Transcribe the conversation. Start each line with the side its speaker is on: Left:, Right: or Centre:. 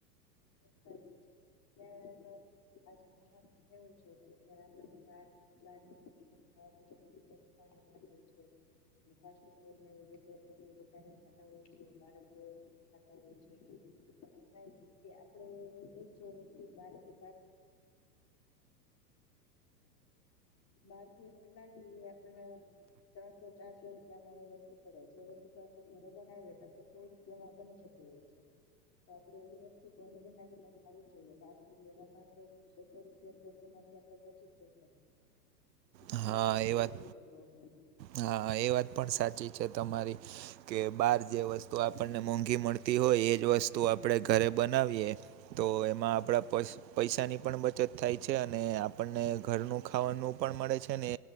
Left: અચ્છ <inaudible> અચ્છ <inaudible> <unintelligible> એટલે પૂછું. <inaudible> વધારે ખાતા હોય થતા હોય છે પણ એમ કે આપણે <inaudible> વસ્તુ આપણે બાર થી એપ્રિલ આપણે ત્રણસો ચારસો રૂપિયામાં એ વસ્તુ પડે જે વસ્તુ તો આપણે ઘરે બનાવી હતા તો સો રૂપિયામાં બની જત. તો <inaudible> આપડે એવી વસ્તુ <inaudible> આવી જોઈએ બારથી લેવા માટે બસો રૂપિયા તેમાંથી આપડે બચી જ જશે
Right: હા
Left: એક <inaudible>
Right: એ વાત હા, એ વાત પણ સાચી છે તમારી. કે બાર જે વસ્તુ આપણને મોંઘી મળતી હોય. એજ વસ્તુ આપણે ઘરે બનાવીએ. તો એમાં આપણા પસ પૈસાની પણ બચત થાય છે. અને આપણને ઘરનું ખાવાનું, પણ મળે છે. ને